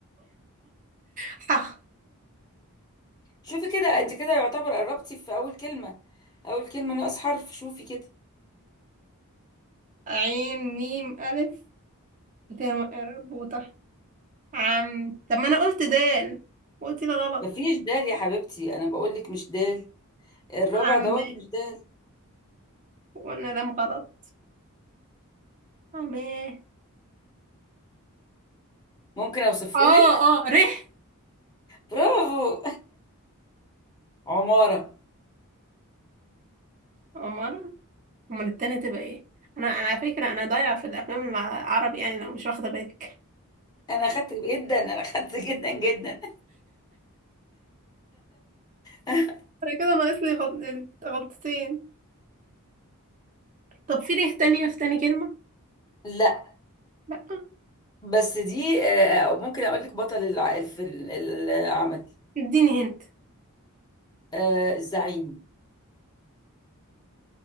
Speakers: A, on the right (about 35°); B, on the left (about 20°).
A: ح
B: شوفي كده انت كده يعتبر قربتي في أول كلمة أول كلمة ناقص حرف شوفي كده
A: عين ميم ألف ت مربوطة عم طب ما أنا قلت دال قلت ده غلط
B: مفيش دال يا حبيبتي أنا بقول لك مش دال الرابع
A: عمات
B: دوت مش دال
A: وقلنا لام غلط عماه
B: ممكن أوصفه
A: اه
B: لك
A: اه ريح
B: برافو <laughs> عمارة
A: أمال أمال التانية تبقى ايه أنا أنا على فكرة أنا ضايعة في الأفلام العربي يعني لو مش واخدة بالك
B: أنا أخدت جدا أنا أخدت جدا جدا <laughs>
A: أنا كده ناقص لي غلط- غلطتين طب في ريح تانية في تاني كلمة؟
B: لا
A: لأ
B: بس دي آه، ممكن اقول لك بطل الع- في ال- العمل
A: اديني
B: آه، الزعيم